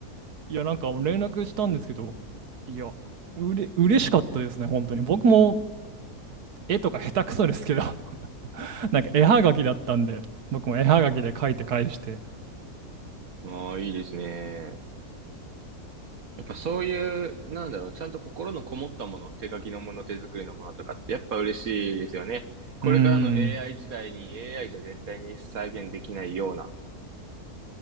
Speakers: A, on the right (about 85°); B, on the right (about 65°).
A: いや、なんか連絡したんですけど、いや、うれ、嬉しかったですね、本当に。僕も絵とか下手くそですけど <laughs> なんか絵はがきだったんで、僕も絵はがきで書いて返して。
B: まあ、いいですね。やっぱそういう、なんだろう、ちゃんと心のこもったもの、手書きのもの、手作りのものとかってやっぱ嬉しいですよね。これからの
A: うーん。
B: AI 時代に AI じゃ絶対に再現できないような、